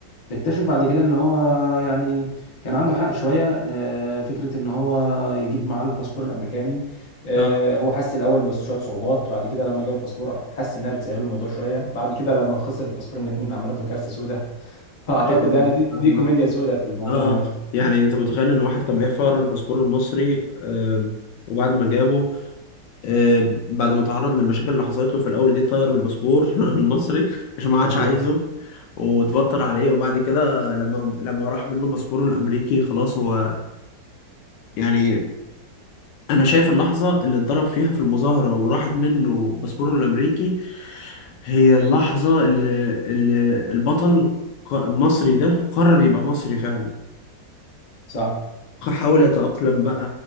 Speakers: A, on the left; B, on the left.
A: تكتشف بعد كده ان هو يعني كان عنده حق شويه آه، فكره ان هو يجيب معاه الباسبور الامريكاني آه،
B: اه
A: هو حس الاول بشويه صعوبات بعد كده لما جاب الباسبور حس انها بتسهل الوضع شويه بعد كده لما خسر الباسبور الاتنين عملت له كارثه سوداء <laughs> فاعتقد
B: ايوه
A: يعني دي دي
B: فاهمة
A: كوميديا سوداء في الموضوع
B: اه
A: يعني
B: اه يعني انت متخيل ان واحد كان بيحفر ورا الباسبور المصري آم، وبعد ما جابه آم، بعد ما تعرض للمشاكل اللي حصلت له في الاول دي طير الباسبور <laughs> المصري عشان ما
A: بالظبط
B: عادش عايزه وتبطر عليه وبعد كده لما لما راح منه باسبوره الامريكي خلاص هو يعني انا شايف اللحظه اللي اتضرب فيها في المظاهره وراحت منه باسبوره الامريكي هي اللحظه اللي, اللي البطل ق- المصري ده قرر يبقى مصري فعلا
A: صح
B: حاول يتأقلم بقى